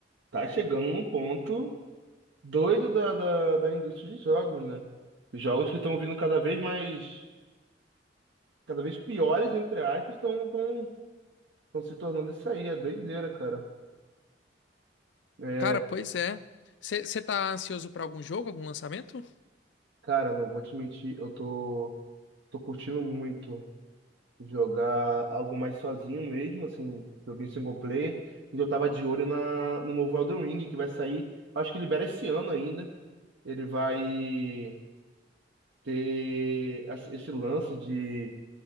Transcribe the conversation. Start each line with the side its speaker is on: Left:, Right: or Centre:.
Right: tá chegando num ponto doido da, da, da indústria de jogos, né? Jogos que estão vindo cada vez mais cada vez piores, entre aspas, estão se tornando isso aí. É doideira, cara. É,
Left: Cara, pois é. Você tá ansioso pra algum jogo, algum lançamento?
Right: cara, não vou te mentir, eu tô, tô curtindo muito jogar algo mais sozinho mesmo, assim, joguei em single player. E eu tava de olho na, no novo Elden Ring, que vai sair, acho que libera esse ano ainda. Ele vai ter as- esse lance de,